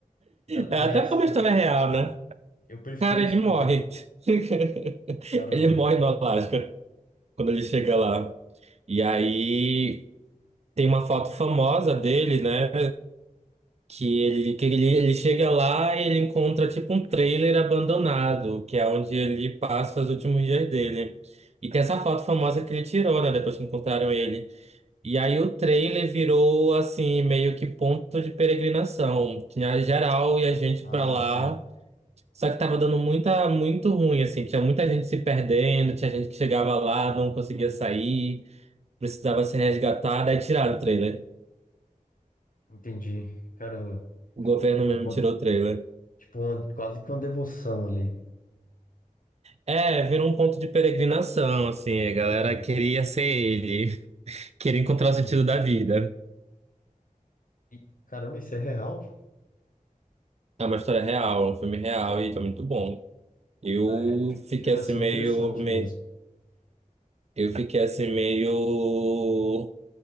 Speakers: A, on the left; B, on the right.
A: A-
B: É,
A: Aliás,
B: até porque é uma
A: eu,
B: história é real, né?
A: eu prefiro
B: Cara, ele
A: escolha.
B: morre. <laughs>
A: Caramba.
B: Ele morre no Alasca quando ele chega lá. E aí tem uma foto famosa dele, né? Que ele, que ele, ele chega lá e ele encontra tipo um trailer abandonado, que é onde ele passa os últimos dias dele. E tem essa foto famosa que ele tirou, né? Depois que encontraram ele. E aí o trailer virou assim, meio que ponto de peregrinação. Tinha geral e a gente
A: Ah,
B: pra lá.
A: sim.
B: Só que tava dando muita, muito ruim, assim. Tinha muita gente se perdendo, tinha gente que chegava lá, não conseguia sair, precisava ser resgatada. Aí tiraram o trailer.
A: Entendi. Caramba.
B: O
A: Ficou
B: governo
A: meio que
B: mesmo
A: um ponto.
B: tirou o trailer.
A: Tipo, uma- quase que uma devoção ali.
B: É, virou um ponto de peregrinação, assim. A galera
A: Entendi.
B: queria ser ele, <laughs> queria encontrar
A: Ouro.
B: o sentido da vida.
A: E, caramba, isso é real?
B: É uma história real, é um filme real e foi muito bom. Eu
A: Ah, é.
B: fiquei
A: Filme
B: assim
A: assim
B: meio,
A: interessante
B: me-
A: mesmo.
B: eu fiquei assim meio,